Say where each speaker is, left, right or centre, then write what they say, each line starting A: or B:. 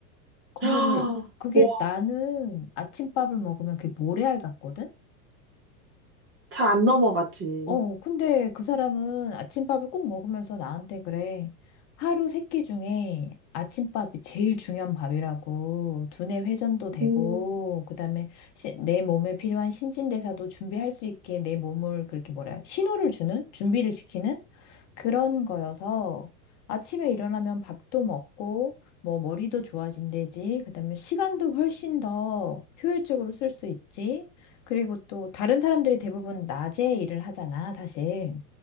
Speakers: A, on the left; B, on the right.
A: 그거를
B: 아,
A: 그게
B: <gasps> 와,
A: 나는 아침밥을 먹으면 그게 모래알 같거든.
B: 잘 안 넘어가지.
A: 어, 근데 그 사람은 아침밥을 꼭 먹으면서 나한테 그래. 하루 세끼 중에 아침밥이 제일 중요한 밥이라고. 두뇌 회전도 되고,
B: 음,
A: 그다음에 내 몸에 필요한 신진대사도 준비할 수 있게 내 몸을 그렇게 뭐라, 해야- 신호를 주는? 준비를 시키는? 그런 거여서 아침에 일어나면 밥도 먹고, 뭐 머리도 좋아진대지. 그다음에 시간도 훨씬 더 효율적으로 쓸 수 있지. 그리고 또 다른 사람들이 대부분 낮에 일을 하잖아, 사실.